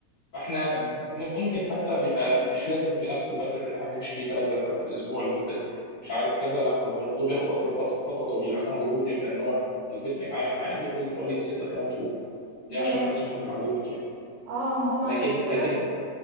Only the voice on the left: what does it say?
فاحنا ممكن حتى بيبقى مش لازم بنفس الباترن اللي احنا بنمشي بيه ثلاث جلسات في الاسبوع لمده مش عارف كذا لا هو الموضوع بياخد اثر فت- فتره طويله عشان الغضروف يبدا ان هو الجسم يتعامل معاه بياخد له حوالي من 6 ل 8 شهور دي
عشان بس يكون في معلومك يعني
لكن
لكن